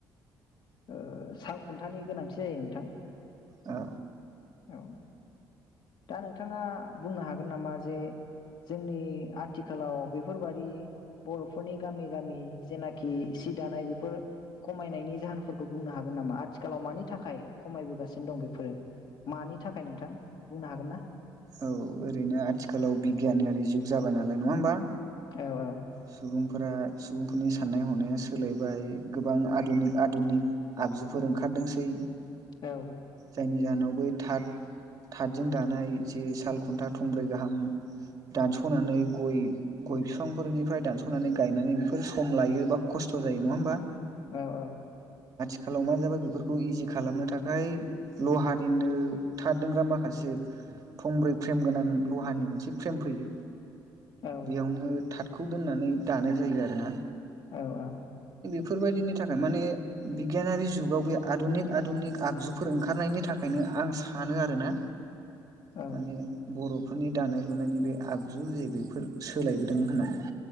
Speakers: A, on the left (about 60°); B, on the right (about 45°).
A: ओ साल खुन्थानि गोनांथि जायो नोंथां
B: औ
A: औ। दा नोंथाङा बुंनो हागोन नामा? जे जोंनि आथिखालाव बेफोरबादि बर'फोरनि गामि गामि जेनाखि सि दानाय बेफोर खमायनायनि जाहोनफोरखौ बुंनो हागोन नामा? आथिखालाव मानि थाखाय खमायबोगासिनो दं बेफोरो। मानि थाखाय नोंथां? बुंनो हागोन ना?
B: औ ओरैनो आथिखालाव बिगियानारि जुग जाबाय नालाय। नङा होमबा?
A: औ औ
B: सुबुंफोरा सुबुं नि साननाय हनाया सोलायबाय गोबां आदुनिक आदुनिक आगजुफोर ओंखारदोंसै।
A: औ
B: जायनि जाहोनावबो थाथ थाथजों दानाय जे साल खुन्था थंब्रै गाहाम दानस'नानै गय गय फिफांफोरनि फ्राय दानस'नानै गायनानै बेफोर सम लायो बा खस्थ' जायो नङा होमबा।
A: औ औ।
B: खालाव मा जाबाय बेफोरखौ इजि खालामनो थाखाय लहानिनो था दोनग्रा माखासे थंब्रै फ्रेम गोनां लहानि मोनसे फ्रेम फैयो।
A: औ
B: बेयावनो था खौ दोननानै दानाय जायो आरो ना‌।
A: औ औ।
B: फोरबायदिनि थाखाय माने बिगियानारि जुगाव बे आदुनिक आदुनिक आगजुफोर ओंखारनायनि थाखायनो आं सानो आरो ना।
A: औ
B: माने बर' फोरनि दानाय लुनायनि बे आगजु जे बेफोर सोलायबोदों होननानै।